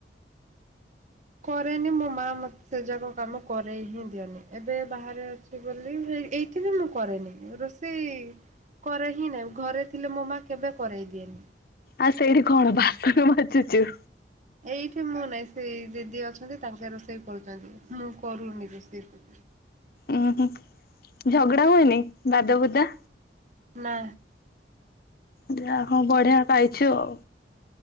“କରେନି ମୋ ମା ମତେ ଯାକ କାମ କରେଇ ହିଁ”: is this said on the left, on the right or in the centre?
Right